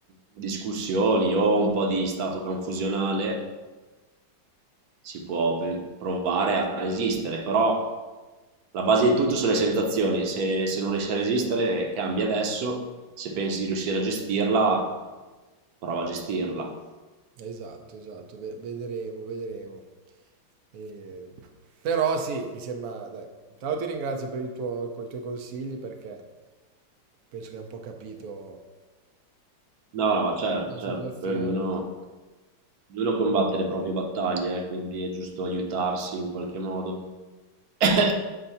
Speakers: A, on the right (about 60°); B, on the right (about 80°).
A: discussioni o un po' di stato confusionale, si può pe- provare a resistere, però la base di tutto sono le sensazioni, se, se non riesci a resistere cambia adesso, se pensi di riuscire a gestirla, prova a gestirla.
B: Esatto, esatto, ve- vedremo, vedremo. E- Però sì, mi sembra, dai, intanto ti ringrazio per il tuo, con i tuoi consigli perché penso che hai un po' capito
A: No, no, certo,
B: la
A: certo,
B: situazione,
A: poi ognuno, ognuno combatte le proprie battaglie, eh, quindi è giusto aiutarsi in qualche modo. <coughs>